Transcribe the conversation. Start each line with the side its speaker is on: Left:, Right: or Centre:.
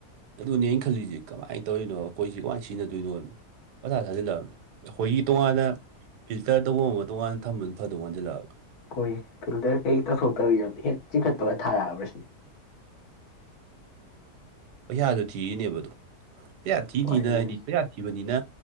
Right: ꯑꯗꯨꯅꯦ ꯑꯩꯅ ꯈꯜꯂꯤꯁꯤꯦ ꯀꯃꯥꯏꯅ ꯇꯧꯔꯤꯅꯣ ꯑꯩꯈꯣꯏꯁꯤ ꯀꯃꯥꯏꯅ ꯁꯤꯖꯤꯟꯅꯗꯣꯏꯅꯣꯅꯣ ꯃꯊꯥ ꯊꯥꯖꯤꯜꯂꯛꯑꯕꯅꯦ ꯑꯩꯈꯣꯏꯒꯤ ꯇꯣꯉꯥꯟꯅ ꯐꯤꯜꯇꯔ ꯇꯧꯕ ꯑꯃ ꯇꯣꯉꯥꯟꯅ ꯊꯝꯕꯅ ꯐꯗꯧ ꯋꯥꯟꯖꯜꯂꯛꯑꯒ
Left: ꯍꯣꯏ ꯐꯤꯜꯇꯔ ꯀꯩ ꯇꯧꯊꯣꯛꯇꯕꯤꯅꯣ ꯍꯦꯛ ꯆꯤꯡꯈꯠꯄꯒ ꯊꯥꯔꯛꯑꯕ꯭ꯔ ꯁꯤ
Right: ꯄꯩꯁꯥꯗꯨꯣ ꯊꯤꯔꯤꯅꯦꯕ ꯑꯣ ꯄꯩꯁꯥ ꯊꯤ
Left: ꯍꯣꯏ
Right: ꯊꯤꯅ
Left: ꯑꯗꯨꯅꯤ
Right: ꯍꯥꯏꯗꯤ ꯄꯩꯁꯥ ꯁꯤꯕꯅꯤꯅ